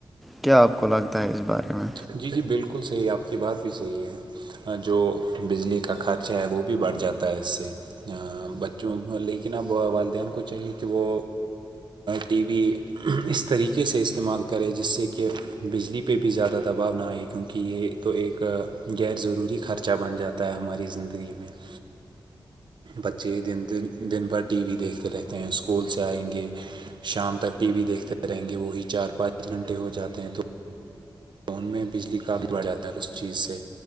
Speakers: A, in the centre; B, on the right.
A: کیا آپ کو لگتا ہے اس بارے میں
B: جی جی بالکل صحیح آپ کی بات بھی صحیح ہے اور جو بجلی کا خرچہ ہے وہ بھی بڑھ جاتا ہے اس سے بچوں لیکن اب والدین کو چاہیے کہ وہ ٹی وی اس طریقے سے استعمال کرے جس سے کہ بجلی پہ بھی زیادہ ت دباؤ نہئے کیونکہ یہ تو ایک غیر ضروری خرچہ بن جاتا ہے ہماری زندگی میں <inaudible> بچے دن د دن بھر ٹی وی دیکھتے رہتے ہیں اسکول سے آئیں گے شام تک ٹی وی دیکھتے رہیں گے وہی چار پانچ گھنٹے ہو جاتے ہیں تو تو ان میں بجلی کام بڑھ جاتا ہے اس چیز سے